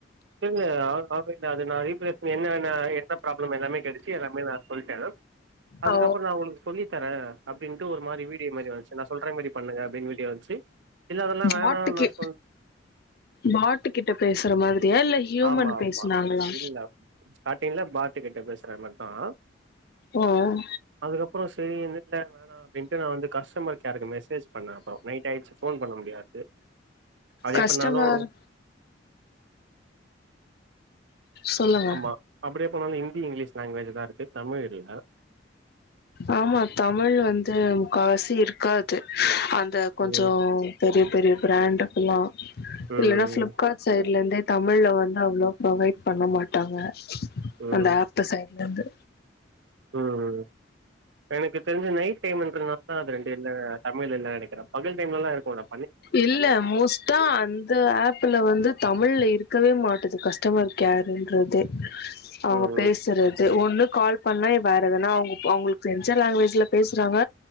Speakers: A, on the right; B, on the left.
A: இல்ல இல்ல அது நான் ரீப்ளேஸ் என்ன என்ன ப்ராப்ளம் எல்லாமே கேட்டிச்சு எல்லாமே நான் சொல்லிட்டேன் அதுக்கப்புறம்
B: ஓ
A: நான் உங்களுக்கு சொல்லித்தரன் அப்படின்ட்டு ஒரு மாறி வீடியோ மாறி வந்துச்சு நான் சொல்ற மாறி பண்ணுங்க அப்படின்னு வீடியோ வந்துச்சு இல்ல அதெல்லா
B: பாட்டுக்கு
A: வேணா நா சொல்
B: பாட்டு கிட்ட பேசுற மாதிரியா இல்ல ஹியூமன்
A: ஆமா
B: பேசுனாங்களா
A: ஆமா இல்ல ஸ்டார்டிங்ல பாட்டு கிட்ட பேசுறா மாறிதான்
B: ம்
A: அதுக்கப்புறம் சரி இ இல் வேணாம் அப்படின்ட்டு நான் வந்து கஸ்டமர் கேருக்கு மெசேஜ் பண்ணேன் அப்புறம் நைட் ஆயிடுச்சு ஃபோன் பண்ண முடியாது அதே
B: கஸ்டமர்
A: பண்ணாலும்
B: சொல்லுங்க
A: ஆமா அப்படியே பண்ணாலும் ஹிந்தி இங்கிலீஷ் லாங்குவேஜ் தான் இருக்கு தமிழ் இல்ல
B: ஆமா தமிழ் வந்து முக்காவாசி இருக்காது அந்த கொஞ்சோ
A: ம்.
B: பெரிய பெரிய பிராண்ட்க்குல்லாம்
A: ம்.
B: இல்லனா சில பிள்ப்காட் சைட்லருந்தே தமிழ்ல வந்து அவ்ளோ ப்ரொவைட் பண்ண மாட்டாங்க
A: ம்.
B: அந்த ஆப் சைட்ல இருந்து
A: ம் எனக்கு தெரிஞ்சி நைட் டைம்ன்றனால ஆ அந்த ரெண்டுல்ல தமிழ் இல்லனு நெனைக்கிறேன் பகல் டைம்ல எல்லாம் இருக்கும்ல்ல
B: இல்ல மோஸ் அதான் அந்த ஆப்ல வந்து தமிழ்ல இருக்கவே மாட்டது கஸ்டமர் கேர்ன்றதே அவங்க
A: ம்.
B: பேசுற ஒண்ணு கால் பண்ணா வேற எதுனா அவங்க அவங்களுக்கு தெரிஞ்ச லாங்குவேஜ்ல பேசுறாங்க